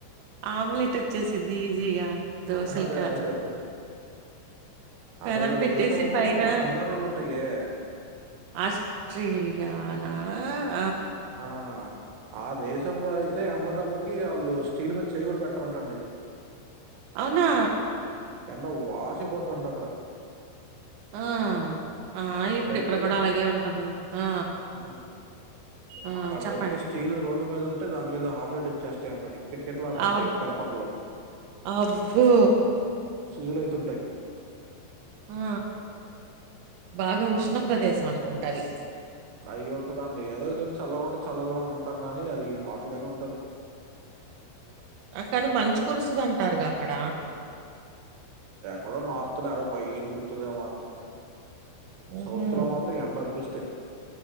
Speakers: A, on the right (about 90°); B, on the right (about 75°).
A: ఆమ్లెట్ వచ్చేసిద్ది ఈజీగా దోసలు
B: అదే
A: కాదు
B: అదే
A: పెనం
B: అదేదో
A: పెట్టేసి
B: దేశం
A: పైన
B: కంగారులు ఉంటాయే
A: ఆస్ట్రేలియా నా ఆ
B: ఆ ఆ దేశంలో అయితే ఎండదెబ్బకి వాళ్ళు స్టీల్ మీద చెయ్య కూడా పెట్టరు అంటండి
A: అవునా
B: ఎండ వాసిపోద్దంట అక్కడ
A: ఆ ఆ ఇప్పుడు
B: డైరెక్ట్
A: ఇక్కడ కూడా
B: గా
A: అలాగే ఉంటుందిలె ఆ
B: ఉమ్.
A: ఆ
B: అక్కడ
A: చెప్పండి
B: దొరికే స్టీల్ రోడ్డు మీద ఉంటే దాని మీద ఆమ్లెట్ వచ్చేస్తాయి అంటాడి కిటికిట్లా ఆడుతుంటాయి
A: అబ్
B: పరపర్లు
A: అబ్బో
B: సిజులు అవుతుంటాయి
A: ఆ బాగా ఉష్ణ ప్ర్రదేశం అనుకుంటా అది
B: అయి ఉంటదండి ఏదో ఇద్దరు చల్లగుంటే చల్లగా అనుకుంటాం గాని అది హాట్ గానే ఉంటది
A: ఆ కాని మంచి కురుస్తుదింటారుగా అక్కడ
B: ఎక్కడో నార్త్ లోడ పైను గుర్తుదేమో అంటే
A: హుహు.
B: సౌత్ లో మాత్రం ఎండ అరిపిస్తాయి